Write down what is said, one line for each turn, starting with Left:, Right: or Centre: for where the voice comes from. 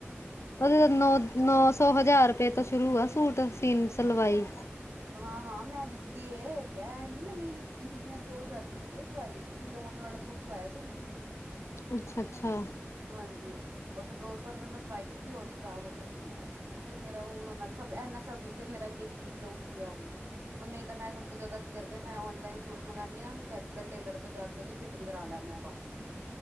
Left: ਉਹਦੇ ਤਾਂ ਨੌ, ਨੌ ਸੌ ਹਜ਼ਾਰ ਰੁਪਏ ਤੋਂ ਸ਼ੁਰੂ ਆ ਸੂਟ, ਸੀਨ, ਸਲਵਾਈ।
Right: ਹਾਂ -ਹਾਂ ਮੈਂ ਦਿੱਤੀਏ, ਏਹ ਨੀ ਮੈਂ ਨਹੀਂ ਦਿੱਤੀ। ਮੈਂ ਦੋ ਹਜਾਰ ਦਿੱਤੀ ਹੈ ਸਵਾਈ। ਤੁਸੀ ਲੋਨ ਵਾਲਾ ਸੂਟ ਸਵਾਇਆ ਸੀ ਮੈਂ।
Left: ਅੱਛਾ-ਅੱਛਾ।
Right: ਹਾਂਜੀ। ਉਹਦੇ ਦੋ ਸੌ ਰੁਪਏ ਮੈਂ ਸਵਾਈ ਦਿੱਤੀ, ਉਹ ਵੀ ਖ਼ਰਾਬ ਹੋ ਗਿਆ ਸੀ ਮੇਰਾ। ਫਿਰ ਮੇਰਾ ਹੁਣ ਉਹਨਾ ਸਭ, ਇਨਾ ਸਬ ਤੇ ਮੇਰਾ ਯਕੀਨ ਉੱਠ ਗਿਆ ਹਣ। ਨਹੀਂ ਤਾਂ ਮੈਂ ਤੋਂ ਜਿਆਦਾ ਤੋ ਕੀ ਕਰਦੇ ਹਾਂ। ਮੈਂ ਔਨਲਾਈਨ ਸੂਟ ਮੰਗਾਨੀ ਹਾਂ ਤੇ ਇੱਧਰ ਟੇਲਰ ਤੋਂ ਜਾ ਕੇ ਉਹਦੀ ਫਿਟਿੰਗ ਕਰਾ ਲੈਂਦੇ ਹਾਂ, ਬਸ।